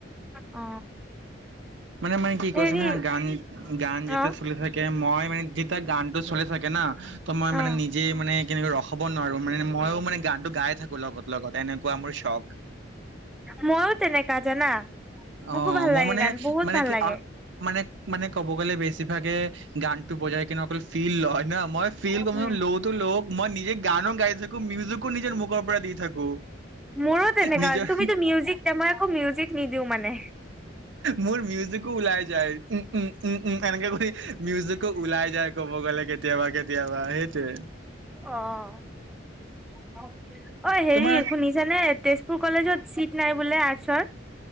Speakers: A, in the centre; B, on the right.
A: অ
B: মানে, মানে কি কোৱাচোন
A: হেৰি
B: হা', গান, গান যেতিয়া
A: অ
B: চলি থাকে, মই মানে যেতিয়া গানটো চলে, থাকে না ত', মই
A: অ
B: মানে নিজে মানে কেনেকে ৰখাব, হ'ব নোৱাৰো মানে মইয়ো মানে গানটো গাই থাকো লগত -লগত এনেকুৱা মোৰ চখ।
A: মইয়ো তেনেকা জানা। মোকো
B: অহ,
A: ভাল
B: মই
A: লাগে
B: মানে
A: গান বহুত
B: -মানে
A: ভাল
B: কি
A: লাগে
B: অ', মানে, মানে ক'ব গ'লে বেছিভাগে গানতো বজাই কিনে অকল ফিল লয় ন', মই ফিল
A: উম
B: কৰি লওঁতো লও, মই নিজে গানো গাই থাকো মিউজিকো নিজৰ মুখৰ পৰা দি, থাকো।
A: মোৰো তেনেকা,
B: নিজৰ
A: তুমিতো মিউজিক দিয়া মই আকৌ মিউজিক নিদিও মানে।
B: মোৰ মিউজিকো ওলাই যায় উম -উম - উম - উম এনেকে কৰি মিউজিকো ওলাই যায় ক'ব গ'লে কেতিয়াবা কে, দিয়া বা সেইটোৱে।
A: অহ ', অ হেৰি
B: তোমাৰ
A: শুনিছানে তেজপুৰ কলেজত চিট নাই বোলে আৰ্টছৰ। ‌